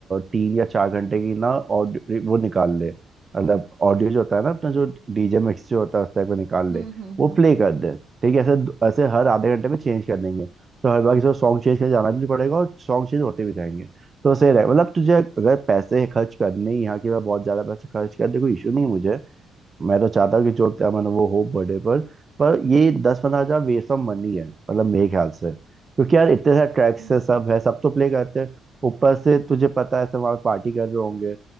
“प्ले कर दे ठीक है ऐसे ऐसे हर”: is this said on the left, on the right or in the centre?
Right